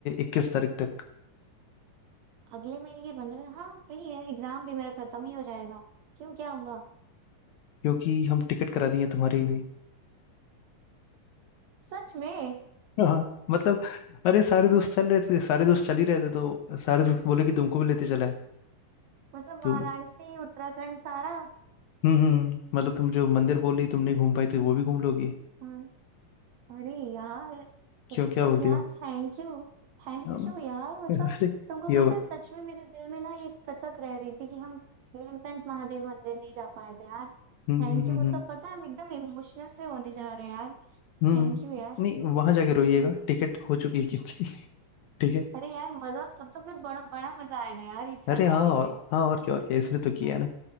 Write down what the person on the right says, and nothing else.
अगले महीने के पंद्रह हाँ फ्री है एग्जाम भी मेरा खत्म ही हो जाएगा क्यों क्या हुआ
सच में
हम्म,
मतलब
वाराणसी उत्तराखंड सारा
हाँ, अरे यार
उत्सव
यार
थैंक यू थैंक
यू यार मतलब
तुमको
पता
है सच में मेरे दिल में ना एक कसक रह रही थी कि हम नीलकंठ महादेव मंदिर नहीं जा पाए थे यार
थैंक
यू मतलब
पता है हम एकदम इमोशनल से होने जा रहे हैं यार
थैंक यू यार
हम्म।
अरे यार मजा तब तो फिर बड़ा बड़ा मजा आएगा यार एक साथ
जाने
में
हम्म।